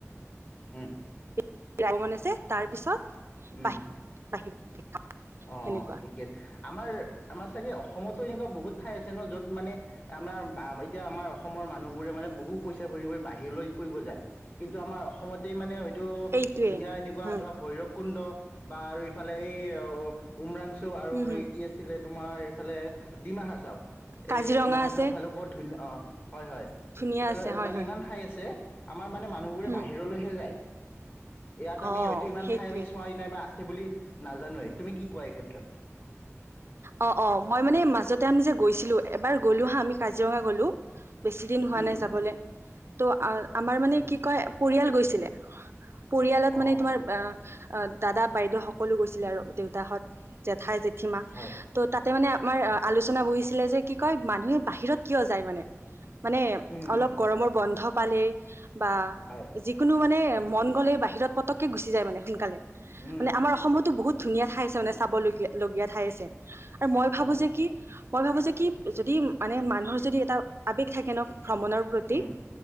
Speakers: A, on the left (about 40°); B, on the right (about 55°).
A: উম।
B: <unintelligible> আছে তাৰ পিছত
A: হম।
B: বাহিৰ বাহিৰত
A: অ'
B: সেনেকুৱা
A: ঠিকে আছে। আমাৰ আমাৰ চাগে অসমত তো এনেকুৱা বহুত ঠাই আছে ন' য'ত মানে আমাৰ বা ৰাজ্য আমাৰ অসমৰ মানুহবোৰে মানে বহু পইচা ভৰি ভৰি বাহিৰলৈ ফুৰিব যায়। কিন্তু আমাৰ অসমতেই মানে ত'
B: এইটোৱে
A: ধুনীয়া এনেকুৱা
B: হম
A: ধৰা ভৈৰৱ কুণ্ড বাৰু ইফালে এই অ' উমৰাং চু আৰু
B: হম হম
A: এই কি আছিলে! তোমাৰ এইফালে ডিমা হাচাও
B: কাজিৰঙা
A: এই ডিমা হাচাওৰ
B: আছে
A: ফালোও বৰ ধুনীয়া অ' হয় হয়
B: ধুনীয়া
A: এইফালে
B: আছে হয়
A: মানে
B: হয়
A: ইমান ঠাই আছে আমাৰ মানে মানুহবোৰে
B: হম
A: বাহিৰলৈহে যায়। ইয়াত আমি
B: অ
A: হয়তো ইমান
B: সেইটোৱে
A: ঠাই আমি চোৱাই নাই বা সেই বুলি নাজানোৱেই। তুমি কি কোৱা এই ক্ষেত্ৰত?
B: অ' অ' মই মানে মাজতে আমি যে গৈছিলো এবাৰ গলো হা আমি কাজিৰঙা গলো বেছি দিন হোৱা
A: উম,
B: নাই যাবলৈ তো আ আমাৰ মানে
A: উম,
B: কি কয় পৰিয়াল গৈছিলে। পৰিয়ালত মানে
A: অ',
B: তোমাৰ অ' অ দাদা বাইদেউ সকলো গৈছিলে আৰু দেউতাহত জেঠাই জেঠি মা
A: হয়,
B: ত' তাতে মানে আমাৰ আলোচনা বহিছিলে যে কি কয় মানুহে বাহিৰত কিয় যায় মানে? মানে
A: উম,
B: অলপ
A: উম,
B: গৰমৰ বন্ধ পালে বা
A: হয়,
B: যিকোনো মানে মন গ'লে বাহিৰত পতকে গুচি য মানে সোনকালে
A: উম,
B: মানে আমাৰ অসমতো বহুত ধুনীয়া ঠাইছে মানে চাবলগীয়া লগগীয়া ঠাই আছে। যে আৰু মই ভাবো
A: হয়,
B: যে কি! মই ভাবোঁ যে কি যদি মানে মানুহৰ যদি এটা আৱেগ থাকে ন ভ্ৰমণৰ প্ৰতি
A: উম,